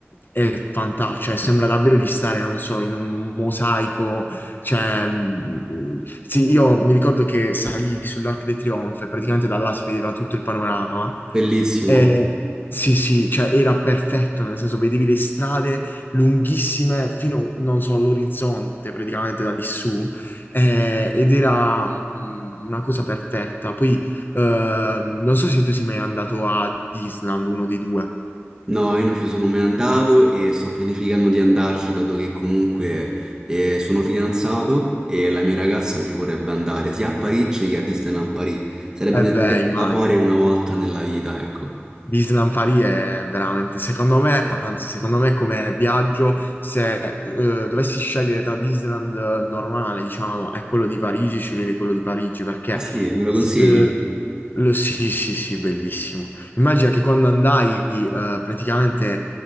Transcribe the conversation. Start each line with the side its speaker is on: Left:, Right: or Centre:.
Left: è fantastica, cioè sembra davvero di stare, non so, in un mosaico, cioè, mh, sì, io mi ricordo che salì sull'Arc de Triomphe, praticamente da là si vedeva tutto il panorama,
Right: Bellissimo.
Left: e sì, sì, cioè era perfetto, nel senso vedevi le strade lunghissime fino, non so, all'orizzonte praticamente da lì su, eh, ed era mm, una cosa perfetta. Poi Ehm, non so se tu sei mai andato a Disneyland, uno dei due.
Right: No, io non ci sono mai andato e sto pianificando di andarci, dato che comunque eh, sono fidanzato e la mia ragazza ci vorrebbe andare sia a Parigi che a Disneyland Paris. Sarebbe
Left: Eh
Right: un'esperienza
Left: beh, immagino.
Right: da fare una volta nella vita, ecco.
Left: Disneyland Paris è veramente, secondo me, anzi, secondo me come viaggio, se eh, dovessi scegliere tra Disneyland eh, normale, diciamo, e quello di Parigi, sceglierei quello di Parigi perché
Right: Ah sì, me lo consigli?
Left: eh, lo, sì, sì, sì, bellissimo. Immagina che quando andai, eh, praticamente